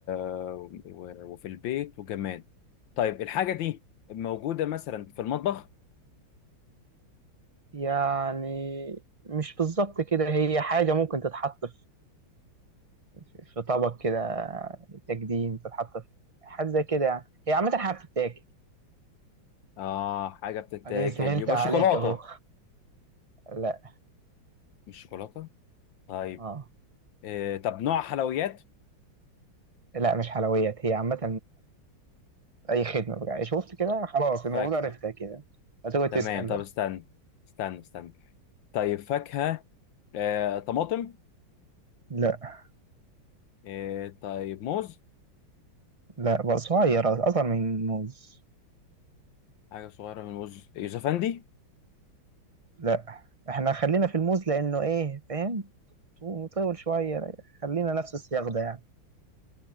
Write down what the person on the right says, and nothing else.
يعني مش بالظبط كده هي حاجة ممكن تتحط في في طبق كده تقديم تتحط في حاجة زي كده يعني هي عامة حاجة بتتاكل
أدي سهلت
عليك
أهو لا
اه
لا مش حلويات هي عامة اي خدمه بقى شفت كده خلاص المفروض
عرفتها كده هتقعد
تسال
بقى
لا
لا بقى صغير اصغر من الموز
لا احنا خلينا في الموز لانه ايه فاهم طو- مطول شويه خلينا نفس السياق ده يعني